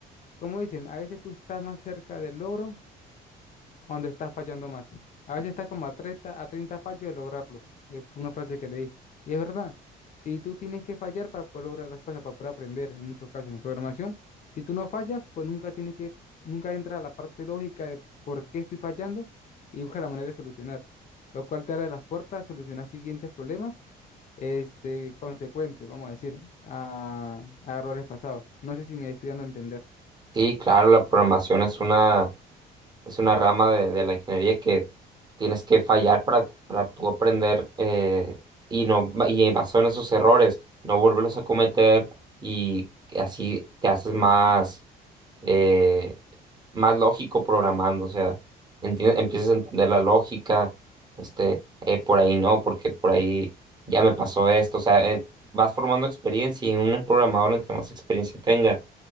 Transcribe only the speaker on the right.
Sí, claro, la programación es una, es una rama de, de la ingeniería que tienes que fallar para, para tú aprender eh, y no, y basado en esos errores, no volverlos a cometer y así te haces más. eh, más lógico programando, o sea, enti- empiezas a entender la lógica, este, eh, por ahí no, porque por ahí ya me pasó esto, o sea, eh, vas formando experiencia y un programador, entre más experiencia tenga,